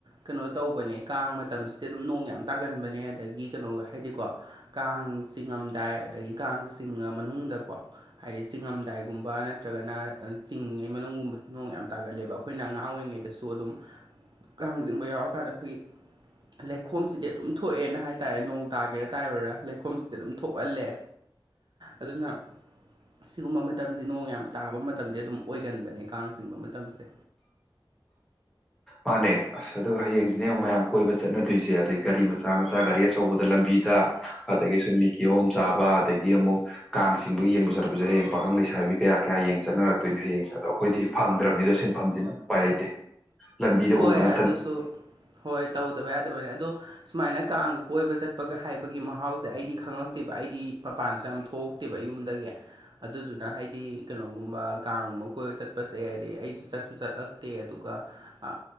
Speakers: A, on the right; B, in the centre.
A: ꯀꯩꯅꯣ ꯇꯧꯕꯅꯦ ꯀꯥꯡ ꯃꯇꯝꯁꯤꯗ ꯑꯗꯨꯝ ꯅꯣꯡ ꯌꯥꯝ ꯇꯥꯒꯟꯕꯅꯦ ꯑꯗꯒꯤ ꯀꯩꯅꯣ ꯍꯥꯏꯗꯤꯀꯣ ꯀꯥꯡ ꯆꯤꯡꯉꯝꯗꯥꯏ ꯑꯗꯒꯤ ꯀꯥꯡ ꯆꯤꯡꯉ ꯃꯅꯨꯡꯗꯀꯣ ꯍꯥꯏꯗꯤ ꯆꯤꯡꯉꯝꯗꯥꯏꯒꯨꯝꯕ ꯅꯠꯇ꯭ꯔꯒꯅ ꯆꯤꯡꯉꯩ ꯃꯅꯨꯡꯒꯨꯝꯕ ꯅꯣꯡ ꯌꯥꯝ ꯇꯥꯒꯠꯂꯦꯕ ꯑꯩꯈꯣꯏꯅ ꯑꯉꯥꯡ ꯑꯣꯏꯔꯤꯉꯩꯗꯁꯨ ꯑꯗꯨꯝ ꯀꯥꯡꯖꯤꯡꯕ ꯌꯥꯎꯔꯀꯥꯟꯗ ꯑꯩꯈꯣꯏꯒꯤ ꯂꯩꯈꯣꯝꯁꯤꯗꯤ ꯑꯗꯨꯝ ꯊꯣꯛꯑꯦꯅ ꯍꯥꯏꯇꯥꯔꯦ ꯅꯣꯡ ꯇꯥꯒꯦꯔꯥ ꯇꯥꯏꯔꯣꯏꯔꯥ ꯂꯩꯈꯣꯝꯁꯤꯗꯤ ꯑꯗꯨꯝ ꯊꯣꯛꯍꯜꯂꯦ꯫ ꯑꯗꯨꯅ ꯁꯤꯒꯨꯝꯕ ꯃꯇꯝꯖꯦ ꯅꯣꯡ ꯌꯥꯝ ꯇꯥꯕ ꯃꯇꯝꯗꯤ ꯑꯗꯨꯝ ꯑꯣꯏꯒꯟꯕꯅꯦ ꯀꯥꯡ ꯆꯤꯡꯕ ꯃꯇꯝꯖꯦ
B: ꯃꯥꯥꯅꯦ ꯑꯁ ꯑꯗꯨꯒ ꯍꯌꯦꯡ ꯁꯤꯅꯦ ꯃꯌꯥꯝ ꯀꯣꯏꯕ ꯆꯠꯅꯗꯣꯏꯖꯦ ꯑꯗꯩ ꯒꯥꯔꯤ ꯃꯆꯥ ꯃꯆꯥ ꯒꯥꯔꯤ ꯑꯆꯧꯕꯗ ꯂꯝꯕꯤꯗ ꯑꯗꯒꯤ ꯁꯨꯝ ꯃꯤ ꯀꯤ ꯍꯣꯝ ꯆꯥꯕ ꯑꯗꯒꯤ ꯑꯃꯨꯛ ꯀꯥꯡ ꯆꯤꯡꯕ ꯌꯦꯡꯕ ꯆꯠꯄꯖꯦ ꯍꯌꯦꯡ ꯄꯥꯈꯪ ꯂꯩꯁꯥꯕꯤ ꯀꯌꯥ ꯀꯌꯥ ꯌꯦꯡ ꯆꯠꯅꯔꯛꯇꯣꯏꯅꯦ ꯍꯌꯦꯡꯁꯦ ꯑꯗꯣ ꯑꯈꯣꯏꯗꯤ ꯐꯪꯗ꯭ꯔꯝꯅꯤꯗꯣ ꯁꯤꯟꯐꯝꯖꯤꯅ ꯎꯄꯥꯏ ꯂꯩꯇꯦ ꯂꯝꯕꯤꯗ
A: ꯍꯣꯏ
B: ꯎꯕ ꯅꯠꯇꯅ
A: ꯑꯗꯨꯁꯨ ꯍꯣꯏ ꯇꯧꯗꯕ ꯌꯥꯗꯕꯅꯤ ꯑꯗꯣ ꯁꯨꯃꯥꯏꯅ ꯀꯥꯡꯒ ꯀꯣꯏꯕ ꯆꯠꯄꯒ ꯍꯥꯏꯕꯒꯤ ꯃꯍꯥꯎꯖꯦ ꯑꯩꯗꯤ ꯈꯪꯉꯛꯇꯦꯕ ꯑꯩꯗꯤ ꯃꯄꯥꯟꯁꯨ ꯌꯥꯝ ꯊꯣꯛ ꯇꯦꯕ ꯌꯨꯝꯗꯒꯤ ꯑꯗꯨꯗꯨꯅ ꯍꯥꯏꯗꯤ ꯀꯩꯅꯣꯒꯨꯝꯕ ꯀꯥꯡꯒꯨꯝꯕ ꯀꯣꯏꯕ ꯆꯠꯄꯁꯦ ꯍꯥꯏꯗꯤ ꯑꯩꯁꯨ ꯆꯠꯁꯨ ꯆꯠꯂꯛ ꯇꯦ ꯑꯗꯨꯒ ꯑ